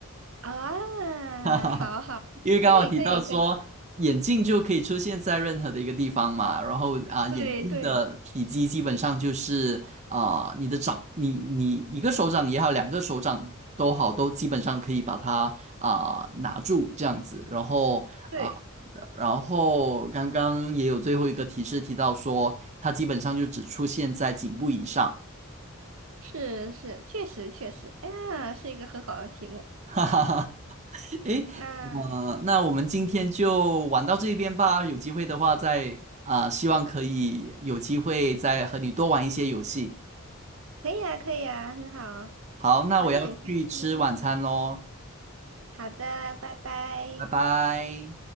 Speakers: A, on the right; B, on the right.
A: 啊，
B: <laughs> 哈哈哈，
A: 好好，
B: 因为刚好提到说眼镜就可以出现在任何的一个地方嘛，
A: 可以可以可以，
B: 然后啊，
A: 对对
B: 眼镜的体积基本上就是啊，你的掌，你你一个手掌也好，两个手掌都好，都基本上可以把它啊拿住这样子，然后啊。
A: 对，
B: 然后刚刚也有最后一个提示提到说，它基本上就只出现在颈部以上。
A: 是是，确实确实，哎呀，是一个很好的题目。
B: <laughs> 诶，
A: 那
B: 呃，那我们今天就玩到这边吧。有机会的话再，啊、希望可以有机会再和你多玩一些游戏。
A: 可以啊，可以啊，很好啊。
B: 好，那我要去吃晚餐喽，
A: 玩得很开心。好的，拜拜。
B: 拜拜。